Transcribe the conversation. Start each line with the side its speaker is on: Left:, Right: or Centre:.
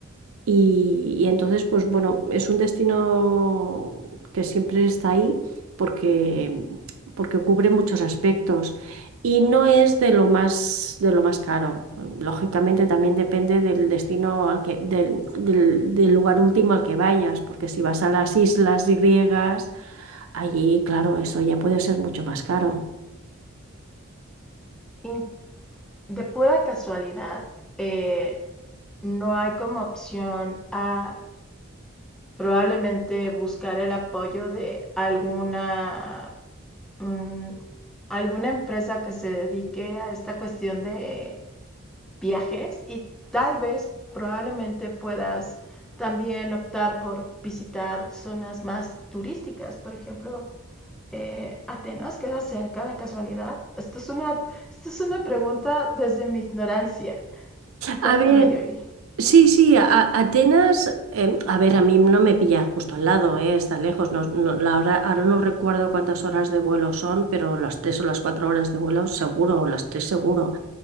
Right: Y, y entonces, pues bueno, es un destino que siempre está ahí porque, porque cubre muchos aspectos y no es de lo más, de lo más caro. Lógicamente también depende del destino al que, del, del- del lugar último al que vayas, porque si vas a las islas griegas, allí, claro, eso ya puede ser mucho más caro.
Centre: In- de pura casualidad, eh, no hay como opción a probablemente buscar el apoyo de alguna mm, alguna empresa que se dedique a esta cuestión de viajes y tal vez probablemente puedas también optar por visitar zonas más turísticas, por ejemplo, eh, Atenas queda cerca de casualidad. Esto es, una, esto es una pregunta desde mi ignorancia. Cuéntame,
Right: A ver,
Centre: Yoli.
Right: Sí, sí, a- a- Atenas, em, a ver, a mí no me pilla justo al lado, eh, está lejos, no, no- la hora- ahora no recuerdo cuántas horas de vuelo son, pero las tres o las cuatro horas de vuelo seguro, o las tres seguro.